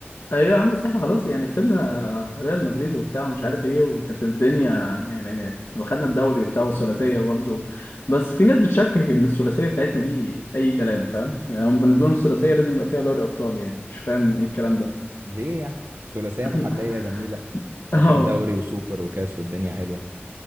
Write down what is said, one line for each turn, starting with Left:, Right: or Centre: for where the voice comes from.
Left: ايوه يا عم بس احنا خلاص يعني كسبنا ريال مدريد وبتاع ومش عارف ايه وكانت الدنيا يعني واخدنا الدوري وبتاع والثلاثيه برضه بس في ناس بتشكك ان الثلاثيه بتاعتنا دي اي كلام فاهم يعني هم بالنسبه لهم الثلاثيه لازم يبقى فيها دوري ابطال يعني مش فاهم ايه الكلام ده
Right: ليه يعني ثلاثيه
Left: <laughs>
Right: محليه جميله
Left: اه
Right: واخد دوري وسوبر وكاس والدنيا حلوه